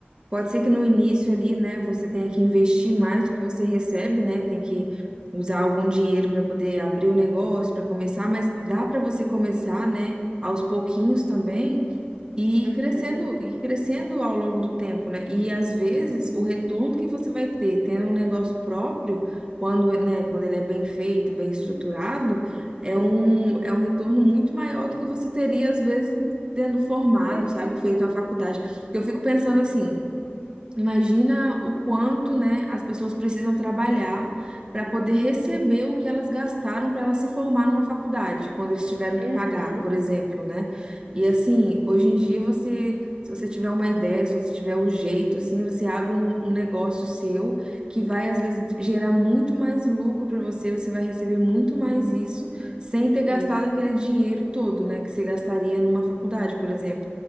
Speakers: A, on the right; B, on the right.
A: Pode
B: Uhum,
A: ser que no início ali, né, você tenha que investir mais do que você recebe, né? Tem que usar algum dinheiro para poder abrir o negócio, para começar, mas dá para você começar, né, aos pouquinhos também e ir
B: uhum,
A: crescendo e ir crescendo ao longo do tempo, né? E às vezes o retorno que você vai ter tendo um negócio próprio, quando, né, quando ele é bem feito, bem estruturado, é
B: uhum.
A: um é um retorno muito maior do que você teria às vezes tendo formado,
B: Com certeza.
A: sabe, feito uma faculdade. Eu fico pensando assim, Imagina o quanto, né, as pessoas precisam trabalhar para poder receber o que elas gastaram para elas se formar numa faculdade, quando eles tiveram que
B: Uhum.
A: pagar, por exemplo, né? E assim, hoje em dia você, se você tiver uma ideia, se você tiver o jeito, assim, você abre um, um negócio seu que vai às vezes gerar muito mais lucro para você, você vai receber muito mais isso sem
B: Uhum,
A: ter gastado aquele dinheiro todo, né, que você gastaria numa faculdade, por exemplo.